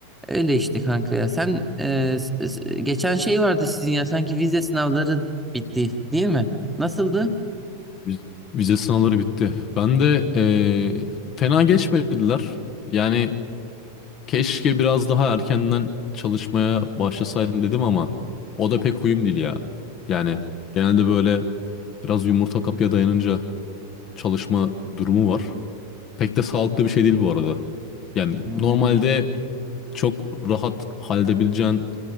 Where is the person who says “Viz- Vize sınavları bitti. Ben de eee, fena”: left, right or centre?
Left